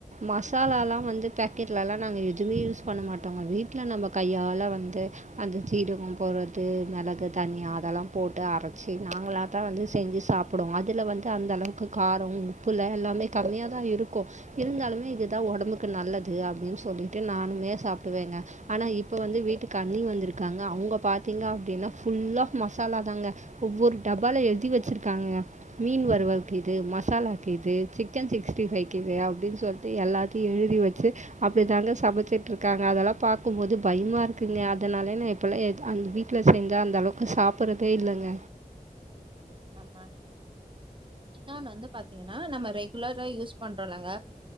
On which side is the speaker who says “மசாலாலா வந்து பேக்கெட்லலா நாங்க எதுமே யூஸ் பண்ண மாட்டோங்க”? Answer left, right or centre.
Right